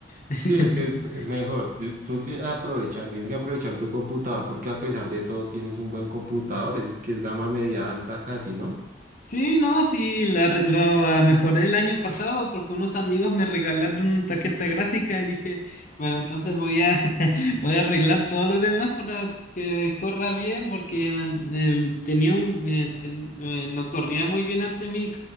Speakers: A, on the left; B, on the right.
A: <laughs>
B: Sí, es que es, es mejor. Tú, tú tienes que aprovechar, tienes que aprovechar tu computador porque a pesar de todo tienes un buen computador. Ese es que es gama media alta casi, ¿no?
A: Sí, no, sí, la, re- la mejoré el año pasado porque unos amigos me regalaron una tarjeta gráfica y dije, bueno, entonces voy a, <laughs> voy a arreglar todo lo demás para que corra bien porque man, eh, tenía un, eh, ten- eh, no corría muy bien antes mi c-